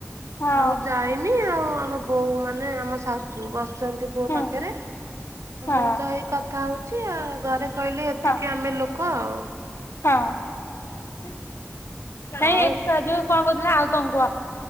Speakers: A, on the left; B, on the right.
A: ହଁ
B: ଆଉ ଯାଇନ୍ ଆଉ ଆମ ବୋଉ ମାନେ ଆମ ଶାଶୁ ବସିଚନ୍ତି ପୁଅ
A: ହୁଁ
B: ପାଖରେ
A: ହଁ
B: ମୁଁ ତ ଏଇ କଥା ହଉଚି ଆଉ ଘରେ କହିଲେ ଏତିକି
A: ହଁ
B: ଆମେ ଲୋ କଣ?
A: ହଁ- ନାଇଁ
B: ଆଉ
A: ଏ ସାହାଯ୍ୟ କଣ କହୁଥିଲେ ଆଉ କଣ କୁହ।